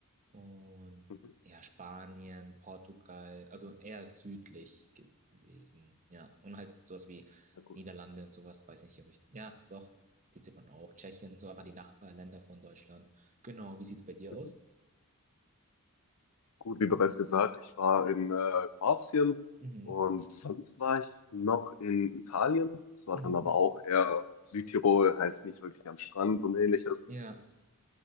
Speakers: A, on the right (about 35°); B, on the left (about 75°).
A: Und
B: Mhm.
A: ja, Spanien, Portugal, also eher südlich gewesen. Ja, und halt sowas wie
B: Ja, gut.
A: Niederlande und sowas, weiß nicht, ob ich. Ja, doch, die zählt man auch. Tschechien, so einfach die Nachbarländer von Deutschland. Genau, wie sieht's bei dir
B: Mhm.
A: aus?
B: Gut, wie bereits gesagt, ich war in äh, Kroatien
A: Mhm,
B: und sonst war ich noch in Italien. Das war
A: mhm,
B: dann aber auch eher Südtirol, heißt nicht wirklich am Strand und ähnliches.
A: ja,